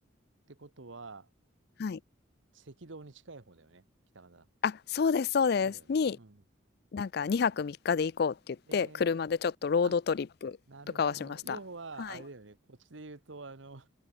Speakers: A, on the right; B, on the left.
A: ってことは、
B: はい。
A: 赤道に近い方だよね。北方。
B: あ、そうです、そうです。
A: そうだよね。
B: に、
A: うん。
B: なんか2泊3日で行こうって言って、
A: えー、
B: 車でちょっとロードトリップとかはしました。
A: あ、なるほど。要は、
B: はい。
A: あれだよね。こっちで言うと、あの、